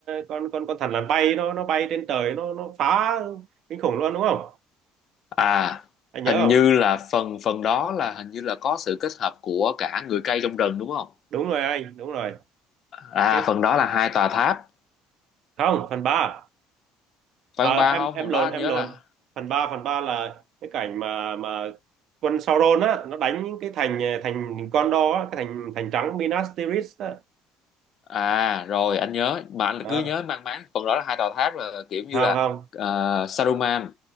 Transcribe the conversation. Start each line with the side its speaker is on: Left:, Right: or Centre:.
Right: con con con thằn lằn bay nó nó bay trên trời nó nó phá kinh khủng luôn đúng không
Left: à
Right: anh nhớ
Left: hình
Right: không
Left: như là phần phần đó là hình như là có sự kết hợp của cả người cây trong rừng đúng không
Right: đúng rồi anh đúng rồi
Left: à
Right: cái
Left: phần đó là hai tòa tháp
Right: không phần ba
Left: phải
Right: Ờ,
Left: không ba
Right: em
Left: không
Right: em
Left: phần
Right: lộn
Left: đó anh
Right: em
Left: nhớ
Right: lộn
Left: là
Right: phần ba phần ba là cái cảnh mà mà quân Sauron á nó đánh những cái thành thành con đó cái thành thành trắng Minas Tirith á
Left: À rồi anh nhớ mà anh
Right: đó.
Left: cứ nhớ mang máng phần đó là hai tòa tháp là kiểu như
Right: không
Left: là
Right: không
Left: ờ, Saruman